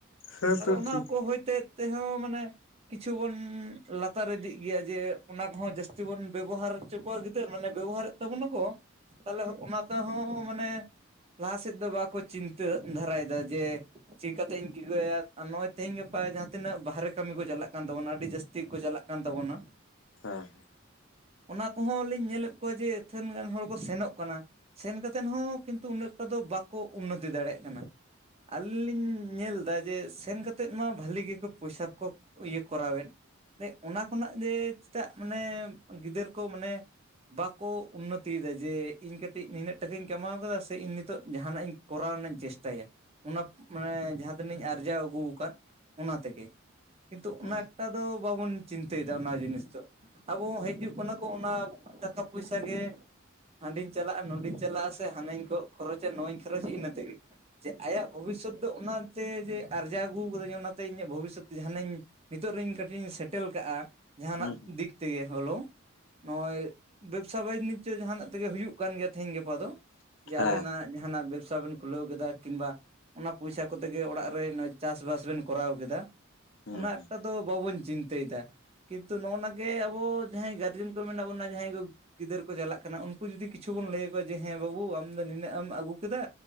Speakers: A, on the left; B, on the right.
A: ᱦᱮᱸ
B: ᱟᱫᱚ
A: ᱛᱚ
B: ᱚᱱᱟ
A: ᱴᱷᱤᱠ
B: ᱠᱚ ᱦᱚᱭᱛᱮ ᱛᱮᱦᱚᱸ ᱢᱟᱱᱮ ᱠᱤᱪᱷᱩ ᱵᱚᱱ ᱞᱟᱛᱟᱨ ᱤᱫᱤ ᱜᱮᱭᱟ ᱡᱮ ᱚᱱᱟ ᱠᱚᱦᱚᱸ ᱡᱟᱹᱥᱛᱤ ᱵᱚᱱ ᱵᱮᱵᱚᱦᱟᱨ ᱦᱚ ᱠᱚᱣᱟᱜ ᱜᱤᱫᱟᱹᱨ ᱢᱟᱱᱮ ᱵᱮᱵᱚᱦᱟᱨ ᱮᱫ ᱛᱟᱵᱚᱱᱟᱠᱚ ᱛᱟᱦᱚᱞᱮ ᱚᱱᱟ ᱛᱮᱦᱚᱸ ᱢᱟᱱᱮ ᱞᱟᱦᱟ ᱥᱮᱫ ᱫᱚ ᱵᱟᱠᱚ ᱪᱤᱱᱛᱟᱹ ᱫᱷᱟᱨᱟᱭ ᱮᱫᱟ ᱡᱮ ᱪᱤᱠᱠᱟ ᱠᱟᱛᱮ ᱤᱧ ᱴᱤᱠᱟᱹᱭᱟ ᱟᱨ ᱱᱚᱜᱼᱚᱭ ᱛᱮᱦᱮᱧ ᱜᱟᱯᱟ ᱡᱟᱦᱟᱸ ᱛᱤᱱᱟᱹᱜ ᱵᱟᱦᱨᱮ ᱠᱟᱹᱢᱤ ᱠᱚ ᱪᱟᱞᱟᱜ ᱠᱟᱱ ᱛᱟᱵᱚᱱᱟ ᱟᱹᱰᱤ ᱡᱟᱹᱥᱛᱤ ᱜᱮ ᱠᱚ ᱪᱟᱞᱟᱜ ᱠᱟᱱᱟ ᱠᱟᱱ ᱛᱟᱵᱚᱱᱟ᱾
A: ᱦᱮᱸ
B: ᱚᱱᱟ ᱠᱚᱦᱚᱸ ᱞᱤᱧ ᱧᱮᱞᱮᱫ ᱠᱚᱣᱟ ᱡᱮ ᱟᱹᱛᱷᱟᱹᱱ ᱜᱟᱱ ᱦᱚᱲ ᱠᱚ ᱥᱮᱱᱚᱜ ᱠᱟᱱᱟ ᱥᱮᱱ ᱠᱟᱛᱮᱫ ᱦᱚᱸ ᱠᱤᱱᱛᱩ ᱩᱱᱟᱹᱜ ᱴᱟ ᱫᱚ ᱵᱟᱠᱚ ᱩᱱᱱᱚᱛᱤ ᱫᱟᱲᱮᱜ ᱠᱟᱱᱟ᱾ ᱟᱹᱞᱤᱧ ᱞᱤᱧ ᱧᱮᱞ ᱫᱟ ᱡᱮ ᱥᱮᱱ ᱠᱟᱛᱮᱫ ᱢᱟ ᱵᱷᱟᱹᱞᱤ ᱜᱮᱠᱚ ᱯᱚᱭᱥᱟ ᱠᱚ ᱤᱭᱟᱹ ᱠᱚᱨᱟᱣᱮᱫ <unintelligible> ᱚᱱᱟ ᱠᱷᱚᱱᱟᱜ ᱜᱮ ᱪᱮᱫᱟᱜ ᱢᱟᱱᱮ ᱜᱤᱫᱟᱹᱨ ᱠᱚ ᱢᱟᱱᱮ ᱵᱟᱠᱚ ᱩᱱᱱᱚᱛᱤᱭᱮᱫᱟ ᱡᱮ ᱤᱧ ᱠᱟᱹᱴᱤᱡ ᱱᱤᱱᱟᱹᱜ ᱴᱟᱠᱟᱧ ᱠᱟᱢᱟᱣ ᱠᱟᱫᱟ ᱥᱮ ᱤᱧ ᱱᱤᱛᱚᱜ ᱡᱟᱦᱟᱱᱟᱜ ᱤᱧ ᱠᱚᱨᱟᱣ ᱨᱮᱱᱟᱜ ᱤᱧ ᱪᱮᱥᱴᱟᱭᱟ ᱚᱱᱟ ᱢᱟᱱᱮ ᱡᱟᱦᱟᱸ ᱛᱤᱱᱟᱧ ᱟᱨᱡᱟᱣ ᱟᱹᱜᱩ ᱟᱠᱟᱫ ᱚᱱᱟ ᱛᱮᱜᱮ᱾ ᱠᱤᱱᱛᱩ ᱚᱱᱟ
A: ᱦᱮᱸ ᱦᱮᱸ
B: ᱮᱠᱴᱟ ᱫᱚ ᱵᱟᱵᱚᱱ ᱪᱤᱱᱛᱟᱹᱭ ᱫᱟ ᱚᱱᱟ ᱡᱤᱱᱤᱥ ᱫᱚ ᱟᱵᱚ ᱦᱤᱡᱩᱜ ᱠᱟᱱᱟ ᱠᱚ ᱚᱱᱟ ᱴᱟᱠᱟ ᱯᱚᱭᱥᱟ ᱜᱮ᱾ ᱦᱟᱸᱰᱤᱧ ᱪᱟᱞᱟᱜᱼᱟ ᱱᱚᱰᱮᱧ ᱪᱟᱞᱟᱜᱼᱟ ᱥᱮ ᱦᱟᱱᱟᱧ ᱠᱚ ᱠᱷᱚᱨᱚᱪᱟ ᱱᱚᱣᱟᱧ ᱠᱷᱚᱨᱚᱪᱟ ᱤᱱᱟᱹ ᱛᱮᱜᱮ᱾ ᱡᱮ ᱟᱭᱟᱜ ᱵᱷᱚᱵᱤᱥᱥᱚᱭ ᱫᱚ ᱚᱱᱟᱛᱮ ᱡᱮ ᱟᱨᱡᱟᱣ ᱟᱹᱜᱩ ᱠᱟᱹᱫᱟᱹᱧ, ᱚᱱᱟᱛᱮ ᱤᱧᱟᱹᱜ ᱵᱷᱚᱵᱤᱥᱥᱚᱭ ᱡᱟᱦᱟᱱᱟ ᱤᱧ ᱱᱤᱛᱚᱜ ᱨᱤᱧ ᱠᱟᱹᱴᱤᱤᱧ ᱥᱮᱴᱮᱞ ᱠᱟᱜᱼᱟ ᱡᱟᱦᱟᱱᱟᱜ
A: ᱦᱮᱸ ᱦᱮᱸ
B: ᱫᱤᱠ ᱛᱮᱜᱮ, ᱦᱚᱞᱳ ᱱᱚᱜᱼᱚᱭ ᱵᱮᱵᱽᱥᱟ ᱵᱟᱱᱤᱡᱽᱡᱚ ᱡᱟᱦᱟᱱᱟᱜ ᱛᱮᱜᱮ ᱦᱩᱭᱩᱜ ᱠᱟᱱ ᱜᱮᱭᱟ ᱛᱮᱤᱦᱤᱧ ᱜᱟᱯᱟ ᱫᱚ, ᱡᱮ
A: ᱦᱮᱸ
B: ᱟᱵᱮᱱᱟᱜ ᱡᱟᱦᱟᱱᱟᱜ ᱵᱮᱵᱥᱟ ᱵᱮᱱ ᱠᱷᱩᱞᱟᱹᱣ ᱠᱟᱫᱟ ᱠᱤᱝᱵᱟ ᱾ ᱚᱱᱟ ᱯᱚᱭᱥᱟ ᱠᱚᱛᱮ ᱜᱮ ᱚᱲᱟᱜ ᱨᱮ ᱱᱚ ᱪᱟᱥᱵᱟᱥ ᱵᱮᱱ ᱠᱚᱨᱟᱣ ᱠᱮᱫᱟ,
A: ᱦᱮᱸ
B: ᱚᱱᱟ
A: ᱦᱮᱸ
B: ᱮᱠᱴᱟ ᱫᱚ ᱵᱟᱵᱚᱱ ᱪᱤᱱᱛᱟᱹᱭ ᱫᱟ, ᱠᱤᱱᱛᱩ ᱱᱚᱜᱼᱱᱟᱜᱮ ᱟᱵᱚ ᱡᱟᱦᱟᱸᱭ ᱜᱟᱨ ᱨᱮᱱ ᱠᱚ ᱢᱮᱱᱟᱜ ᱵᱚᱱᱟ ᱡᱟᱦᱟᱸᱭ ᱠᱚ, ᱜᱤᱫᱟᱹᱨ ᱠᱚ ᱪᱟᱞᱟᱜ ᱠᱟᱱᱟ, ᱩᱱᱠᱩ ᱡᱩᱫᱤ ᱠᱤᱪᱷᱩ ᱵᱚᱱ ᱞᱟᱹᱭ ᱟᱠᱚᱣᱟ ᱡᱮ, ᱦᱮᱸ ᱵᱟᱹᱵᱩ ᱟᱢ ᱫᱚ ᱱᱤᱱᱟᱹᱜ ᱮᱢ ᱟᱹᱜᱩ ᱠᱮᱫᱟ